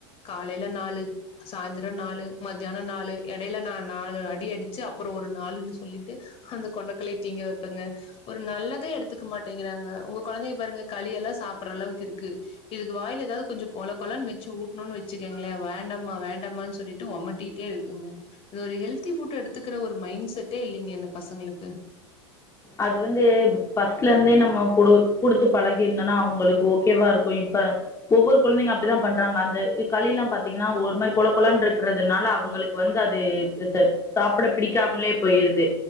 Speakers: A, on the left (about 40°); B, on the left (about 20°).
A: காலைல நாலு சாயந்திர நாலு மத்தியானம் நாலு எடையில நா நாலு அடி அடிச்சு அப்புறோ ஒரு நாலுன்னு சொல்லிட்டு அந்த கொண்டைக்கல்லய திங்க வைப்பேங்க ஒரு நல்லதே எடுத்துக்க மாட்டேங்கிறாங்க உங்க கொழந்தைய பாருங்க களி எல்லாம் சாப்பட்ற அளவுக்கு இருக்கு இதுக்கு வாயில ஏதாவது கொஞ்ச கொல கொழன்னு வச்சு ஊட்னோன்னு வச்சுக்கங்களே வேண்டாம்மா வேண்டாம்மானு சொல்லிட்டு ஒமட்டிட்டே இருக்குங்க இந்த ஒரு ஹெல்தி ஃபுட்ட எடுத்துக்கிற ஒரு மைண்ட செட்டே இல்லிங்க இந்த பசங்களுக்கு
B: அது வந்து ஃபஸ்ட்ல இருந்தே நம்ம குடு குடுத்து பழகியிருந்தோன்னா அவங்களுக்கு ஓகேவா இருக்கும் இப்ப ஒவ்வொரு கொழந்தைங்க அப்டிதா பண்றாங்க அந்த களி எல்லாம் பாத்தீங்கன்னா ஒரு மாரி கொழகொழன்னு இருக்கிறதுனால அவங்களுக்கு வந்து அது ஆ சாப்ட பிடிக்காமலே போயிருது